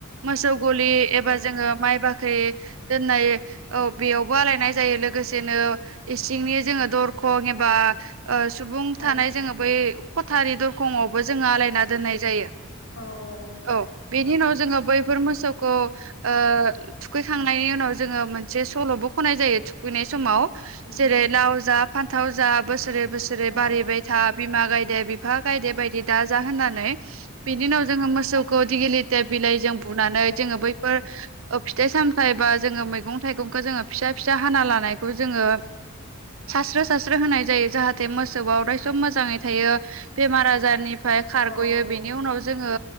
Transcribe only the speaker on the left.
औ
औ
औ औ
उम
उम
औ
औ
औ
औ